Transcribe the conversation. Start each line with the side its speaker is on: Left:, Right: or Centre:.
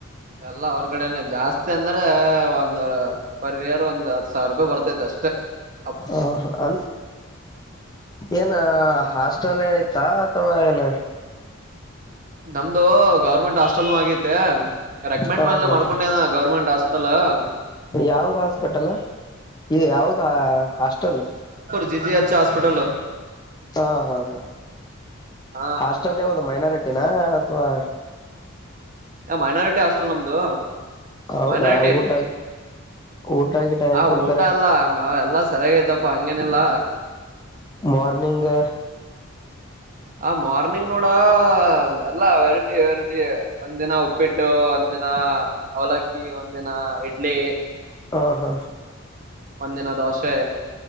Right: ಎಲ್ಲ ಅವ್ರ ಕಡೆನೆ ಜಾಸ್ತಿ ಅಂದ್ರೆ ಒಂದ ಪರ್ ಇಯರ್ ಒಂದ ಹತ್ ಸಾವಿರ ರೂಪಾಯಿ ಬರ್ತೈತಿ ಅಷ್ಟೆ ಹ
Left: ಹ ಹಾ ಏನ
Right: ಹ್ಮ್
Left: ಹಾಸ್ಟೆಲ್ ಏನ ಇತ್ತ ಅಥವಾ ಏ ನ
Right: ನಮ್ದು ಗೌರ್ಮೆಂಟ್ ಹಾಸ್ಟೆಲ್ನು ಆಗೈತೆ ರೆಕಮೆಂಡ್
Left: ಹ
Right: ಮೇಲೆ
Left: ಹಾ
Right: ಮಾಡ್ಕೊಂಡೆನ ಗೌರ್ಮೆಂಟ್ ಹಾಸ್ಟೆಲ್ ಹ್ಮ್
Left: ಯಾವ್ದ ಹಾಸ್ಪಿಟಲ್ ಇ ಯಾವ್ದ ಹಾಸ್ಟೆಲ್
Right: ಪಿ ಜಿ ಅಚ್ಚಾ ಹಾಸ್ಪಿಟಲ್
Left: ಹಾ ಹಾ ಹಾ
Right: ಹ
Left: ಹಾಸ್ಟೆಲ್ ಯಾವದು ಮೈನಾರಿಟಿನ ಅಥವಾ
Right: ಏ ಮೈನಾರಿಟಿ ಹಾಸ್ಟೆಲ್ ನಮ್ದು
Left: ಹೌದಾ
Right: ಮೈನಾರಿಟಿ
Left: ಊಟ ಊಟ ಗಿಟ ಹೆಂಗ್
Right: ಆ
Left: ಕೊಡ್ತಾರೆ
Right: ಊಟ ಎಲ್ಲ ಎಲ್ಲಾ ಸರಿಯಾಗಯ್ತಪ್ಪ ಹಂಗೇನಿಲ್ಲ
Left: ಮಾರ್ನಿಂಗ್
Right: ಹ ಮಾರ್ನಿಂಗ್ ನೋಡ ಎಲ್ಲಾ ವೆರೈಟಿ ವೆರೈಟಿ ಒಂದ್ ದಿನ ಉಪ್ಪಿಟ್ಟು ಒಂದ್ ದಿನ ಹಾ ಅವಲಕ್ಕಿ ಒಂದಿನ ಇಡ್ಲಿ
Left: ಹ ಹಾ
Right: ಒಂದಿನ ದೋಷೆ